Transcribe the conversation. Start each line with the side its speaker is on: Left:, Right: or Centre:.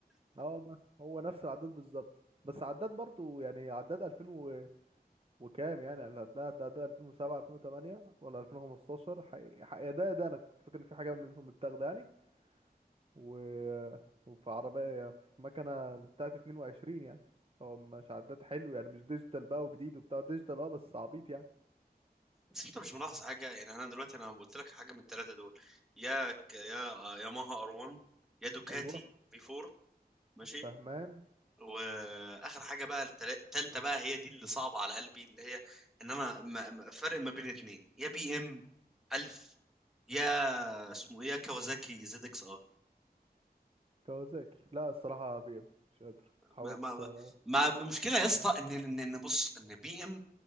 Right: اه والله هو نفس العداد بالظبط بس عداد برضو يعني عداد 2000 و... وكام يعني اللي هتلاقي عداد 2007 2008 ولا 2015 حقيقة ده ده انا كنت فاكر ان في حاجه منهم متاخده يعني و... وفي عربية يعني في مكنة بتاعت 22 يعني هو مش عداد حلو يعني مش ديجيتال بقى وجديد وبتاع ديجيتال اه بس عبيط يعني
Centre: بس انت مش ملاحظ حاجه يعني انا دلوقتي انا قلت لك حاجه من الثلاثه دول يا ك- يا ياماها ار 1 يا دوكاتي
Right: ايوه
Centre: في 4 ماشي
Right: فهمان
Centre: واخر حاجه بقى التلا- التالتة بقى هي دي اللي صعبه على قلبي اللي هي ان انا ما- ما- فرق ما بين اتنين يا بي ام 1000 يا اسمه ايه يا كawasaki زد اكس ار
Right: كوازاكي لا الصراحة بي ام مش قادر حاولت
Centre: ما ما
Right: اه
Centre: ما المشكله يا اسطى
Right: عملت
Centre: ان
Right: الصوتيش
Centre: ان ان بص ان بي ام